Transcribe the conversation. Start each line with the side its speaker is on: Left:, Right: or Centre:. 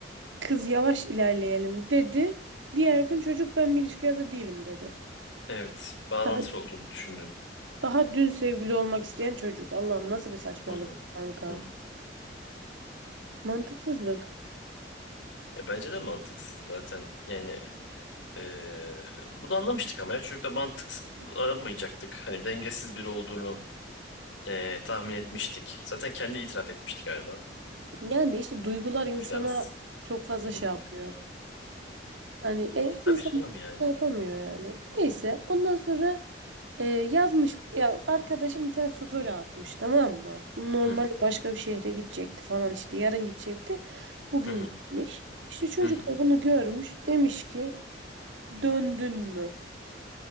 Right: Kız yavaş ilerleyelim dedi. Diğer gün çocuk ben bir ilişkiye hazır değilim dedi.
Left: Evet. Bağlantılı
Right: Daha,
Left: olduğunu düşündün.
Right: daha dün sevgili olmak isteyen çocuk. Allah'ım nasıl bir saçmalık
Left: Hı hı.
Right: bu kanka.
Left: Hı hı.
Right: Mantıksızlık.
Left: Ya bence de mantıksız zaten. Yani eee, bunu anlamıştık ama ya çocukta mantık aramayacaktık. Hani dengesiz biri olduğunu eee, tahmin etmiştik. Zaten kendi itiraf etmişti galiba.
Right: Yani de işte duygular insana
Left: Biraz.
Right: çok fazla
Left: Hı
Right: şey
Left: hı.
Right: yapıyor. Hani e, insan
Left: Tabii canım yani.
Right: şey yapamıyor yani. Neyse ondan sonra e, yazmış ya arkadaşım bir tane story atmış tamam mı? Normalde
Left: Hı
Right: başka bir şehre gidecekti falan işte yarın gidecekti. Bugün
Left: hı hı
Right: gitmiş. İşte çocuk
Left: hı hı.
Right: da bunu görmüş. Demiş ki döndün mü?